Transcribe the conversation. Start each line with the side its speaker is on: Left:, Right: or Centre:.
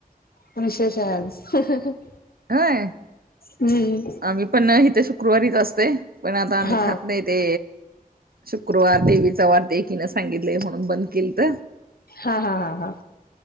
Left: मग विशेष आहे आज
Right: व्हय
Left: हम्म
Right: आम्ही पण इथ शुक्रवारीच अस तय पण आता आम्ही
Left: हा
Right: खात नाही ते शुक्रवार देवीच चा वार एकीने सांगितलंय म्हणून बंद केलत
Left: हा हा हा हा.